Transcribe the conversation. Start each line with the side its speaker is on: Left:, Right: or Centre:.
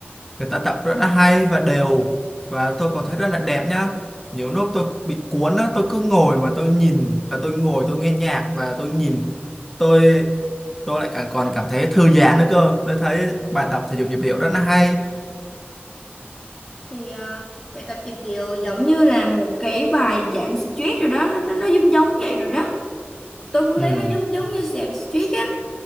Centre: người ta tập rất là hay và đều và tôi còn thấy rất là đẹp nhá nhiều lúc tôi bị cuốn á tôi cứ ngồi mà tôi nhìn và tôi ngồi tôi nghe nhạc và tôi nhìn tôi tôi lại cả, còn cảm thấy thư giãn nữa cơ tôi thấy bài tập thể dục nhịp điệu rất là hay
Left: thì ờ, bài tập nhịp điệu giống như là một cái bài giảm stress rồi đó nó nó, nó giống giống vậy rồi đó tôi cũng
Centre: ừ,
Left: thấy nó giống giống như giảm stress á